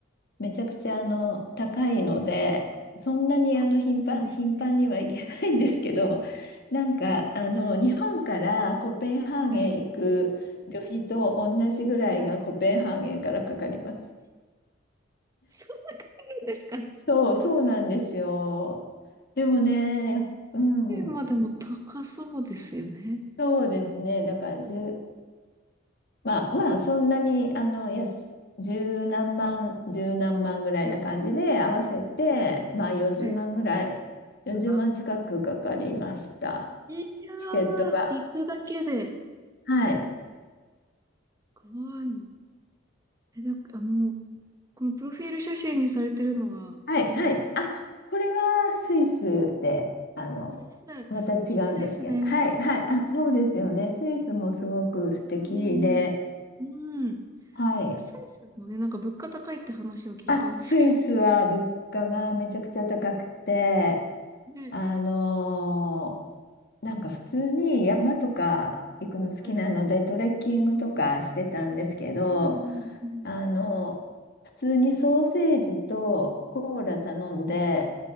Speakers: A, on the left (about 55°); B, on the right (about 15°).
A: めちゃくちゃあの高いので、そんなにあの頻繁、
B: そうなんですね。
A: 頻繁には行けないんですけど、<laughs> なんかあの日本からコペンハーゲン行く旅費と同じぐらいがコペンハーゲンからかかります。
B: はい。はい。え、そんなかかるんですかー
A: そう、そうなんですよ。でもね、うん、
B: ペーまでも高そうですよね。
A: そうですね、だから1まあまあ、そんなに、あの、やす、十何万、十何万ぐらいな感じで合わせて、
B: いや、はい、
A: まあ40万ぐらい、
B: はい。
A: 40万近くかかりました。
B: うわいやー、
A: チケットが。
B: 行くだけで
A: はい。
B: 怖いの。え、だ、あの、このプロフィール写真にされてるのはグリーンランド。
A: はい。はい。
B: ス
A: あ、これはスイスで、あの、
B: イス、
A: また違うんですけど。
B: 綺麗ですね。
A: はい。はい。あ、そうですよね。スイスもすごく素敵で。
B: うんうんうん。うん。
A: はい。
B: いやスイスもね、なんか物価高いって話を聞いたんですけ
A: あ、スイスは物価がめちゃくちゃ高くて、
B: ど。ね。
A: あのーなんか普通に山とか行くの好きなのでトレッキングとかしてたんですけど、
B: はい。はい。うんうんうん
A: あの、普通にソーセージとコーラ頼んで
B: う